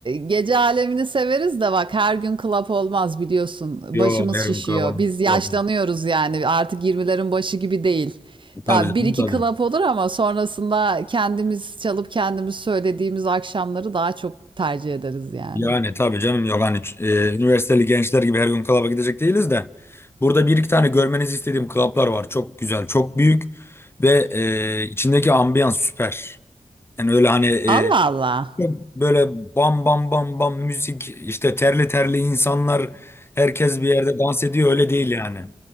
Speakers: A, on the right; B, on the left.
A: gece alemini severiz de bak her gün club olmaz biliyorsun.
B: Yo
A: Başımız
B: her
A: şişiyor.
B: gün kahvaltı.
A: Biz yaşlanıyoruz
B: Yok.
A: yani artık 20'lerin başı gibi değil. Tabii
B: Tabii canım
A: bir iki
B: tabii.
A: club olur ama sonrasında kendimiz çalıp kendimiz söylediğimiz akşamları daha çok tercih ederiz yani.
B: Yani tabii canım yok hani e, üniversiteli gençler gibi her gün klaba gidecek değiliz de burada bir iki tane görmenizi istediğim klaplar var. Çok güzel, çok büyük ve e, içindeki ambiyans süper. Yani öyle hani e,
A: Allah Allah.
B: çok böyle bam bam bam bam müzik işte terli terli insanlar herkes bir yerde dans ediyor öyle değil yani.